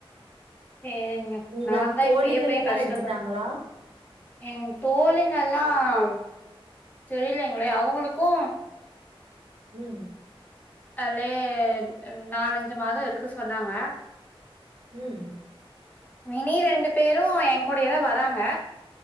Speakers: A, on the left; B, on the right.
A: சேரிங்க
B: உங்க
A: நா தா
B: தோழிகள்
A: இப்பயே போய்
B: எல்லா
A: கஷ்டபட்
B: எடுத்துட்டாங்களா
A: ஏ தோழிங்கெல்லா ம் தெரியலைங்களே அவுங்களுக்கு
B: உம்
A: அலே நாலஞ்சு மாத இருக்கு சொன்னாங்க
B: ம்
A: வினி ரெண்டு பேரு என் கூடையே தா வந் தாங்க